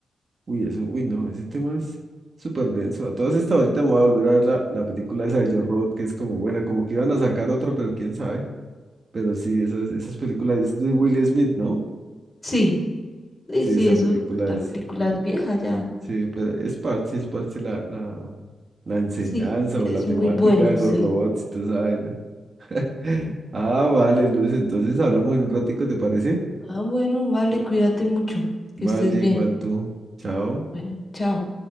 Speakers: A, on the right (about 45°); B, on the left (about 20°).
A: Uy, eso, uy, no, ese tema es súper denso. A todas estas ahorita me voy a volver a ver la, la película esa de Yo Robot, que es como buena, como que iban a sacar otra, pero quién sabe. Pero sí, esas, esas películas es de Will Smith, ¿no?
B: Sí, sí,
A: Sí,
B: sí,
A: esa
B: eso,
A: película
B: la
A: es...
B: película es vieja ya,
A: Sí, pero es parte, es parte la, la, la enseñanza
B: sí, es
A: o la temática
B: muy buena,
A: de los
B: sí.
A: robots y toda esa vaina. <gasps> <laughs> Ah, vale, Luz, entonces hablamos en un ratico, ¿te parece?
B: Ah, bueno, vale, cuídate mucho, que
A: Vale,
B: estés bien.
A: igual tú. Chao.
B: Bueno, chao.